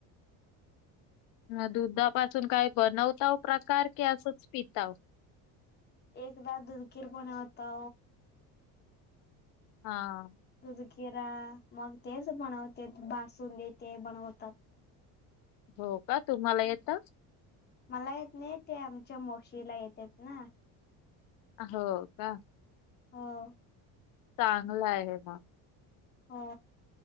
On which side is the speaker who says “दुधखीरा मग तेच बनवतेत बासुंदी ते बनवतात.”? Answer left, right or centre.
Left